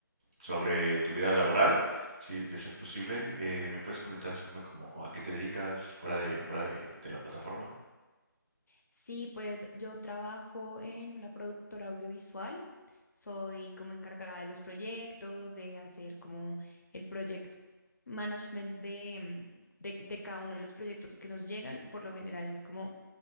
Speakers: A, on the right; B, on the left.
A: sobre tu vida laboral, si de ser posible, eh, ¿me puedes comentar es como, como a qué te dedicas fuera de, fuera de, de la plataforma?
B: Sí, pues yo trabajo en una productora audiovisual. Soy como encargada de los proyectos, de hacer como el project management de, mm, de, de cada uno de los proyectos que nos llegan. Por lo general es como